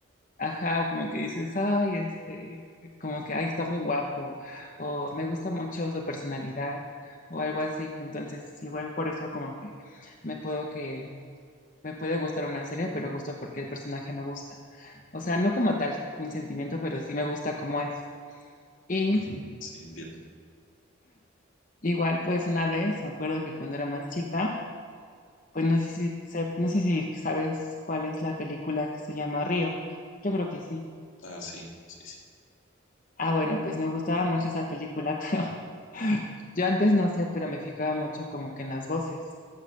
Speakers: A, on the left; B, on the left.
A: ajá, o como que dices, ay, este, como que, ay, está muy guapo, o me gusta mucho su personalidad, o algo así. Entonces, igual por eso como que me puedo que me puede gustar una serie, pero justo porque el personaje me gusta. O sea, no como tal un sentimiento, pero sí me gusta cómo es. Y
B: ujú. Sí, entiendo.
A: igual, pues una vez, me acuerdo que cuando era más chica, pues no sé si, se- no sé si sabes cuál es la película que se llama Río. Yo creo que sí.
B: Ah, sí, sí, sí.
A: Ah, bueno, pues me gustaba mucho esa película, <laughs> pero yo antes no sé, pero me fijaba mucho como que en las voces.